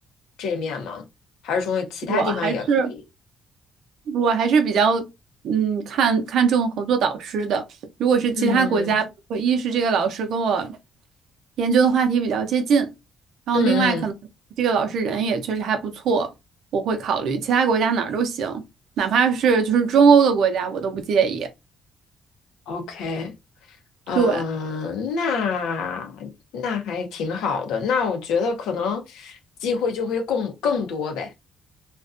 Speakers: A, on the left; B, on the right.
A: 这面吗？还是说其他地方也可以？
B: 我还是我还是比较嗯看看重合作导师的。如果是其他国家，
A: 嗯
B: 比如说一是这个老师跟我研究的话题比较接近，然后另外可能这个老师人也确实还不错，
A: 嗯嗯
B: 我会考虑其他国家哪儿都行，哪怕是就是中欧的国家我都不介意。
A: ，OK，嗯、
B: 对，
A: 呃那那还挺好的。那我觉得可能机会就会更更多呗。